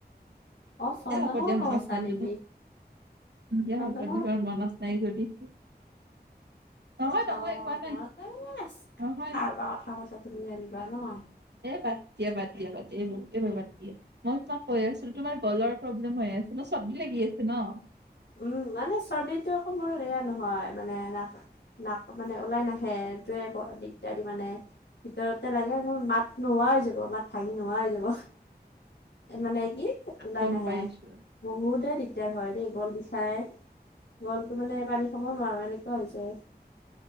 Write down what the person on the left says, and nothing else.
অ চন্দনৰ
কথা কৈছা
নেকি
চন্দনৰ
অ
ঘৰতে এনে আছো
কাৰ বা কথা কৈছা তুমি তুমি জানিবা ন
উম মানে চৰ্দিটো আকৌ মোৰ এয়া নহয় মানে মাত টো মানে ওলাই নাহে সেই তোৱে বৰ দিগদাৰি মানে ভিতৰতে লাগে মোৰ মাত নোহোৱা হৈ যাব মাত ভাঙি নোহোৱা হৈ যাব মানে কি ওলাই
নাহে
বহুতে দিগদাৰ হয় দেই গল খাই গলটো মানে পানী খাবও নোৱাৰো এনেকুৱা হৈ যায়